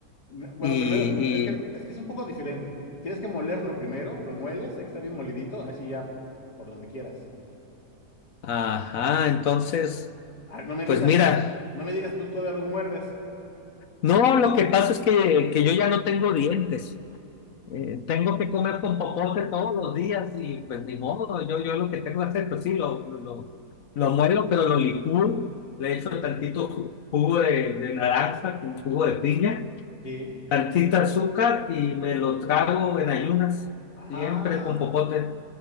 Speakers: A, on the left; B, on the left.
A: N- Bueno,
B: Y,
A: primero, es que,
B: y-
A: es que es un poco diferente. P- Tienes que molerlo primero, lo mueles, sé que está bien molidito, así ya por donde quieras.
B: ajá, entonces,
A: Ah, no me
B: pues
A: digas
B: mira,
A: que, no me digas tú todavía los muerdes.
B: no, lo que pasa es que, que yo ya no tengo dientes. Eh, tengo que comer con popote todos los días y pues ni modo, yo, yo lo que tengo que hacer, pues sí, lo, lo, lo, lo muelo, pero lo licúo, le echo
A: Sí,
B: tantito ju- jugo de, de naranja con jugo de piña
A: sí.
B: Salsita azúcar y me lo trago en ayunas,
A: Ah.
B: siempre con popote.